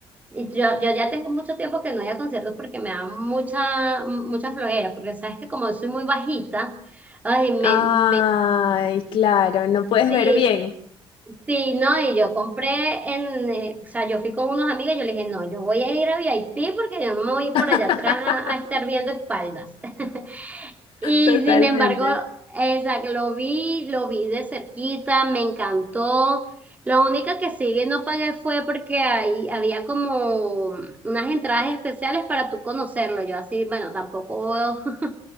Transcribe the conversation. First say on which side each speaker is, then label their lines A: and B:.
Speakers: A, on the right (about 15°); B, on the left (about 60°).
A: y yo, yo ya tengo mucho tiempo que no voy a conciertos porque me da mucha, mucha flojera, porque sabes que como soy muy bajita, ay, me,
B: Ay,
A: me,
B: claro, no puedes
A: sí,
B: ver bien.
A: sí, no, y yo compré en, eh, o sea, yo fui con unos amigos y yo les dije, no, yo voy a ir a VIP porque yo no me voy a ir
B: <laughs>
A: por allá atrás a a estar viendo espaldas. <laughs> Y
B: Totalmente.
A: sin embargo, exacto, lo vi, lo vi de cerquita, me encantó. Lo único que sí no pagué fue porque ahí había como unas entradas especiales para tú conocerlo. Yo así, bueno, tampoco <laughs>